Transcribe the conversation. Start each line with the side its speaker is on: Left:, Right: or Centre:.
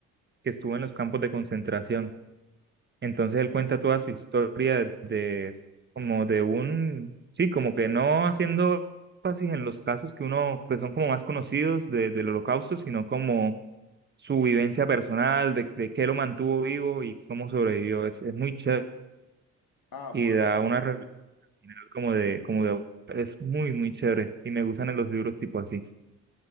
Right: que estuvo en los campos de concentración. Entonces él cuenta toda su historia de como de un, sí, como que no haciendo énfasis en los casos que uno, que son como más conocidos de, del holocausto, sino como su vivencia personal, de, de qué lo mantuvo vivo y cómo sobrevivió. Es, es muy chévere
Left: Ah, bueno,
Right: y da
Left: dale.
Right: una reflexión como de, como de, es muy, muy chévere y me gustan los libros tipo así.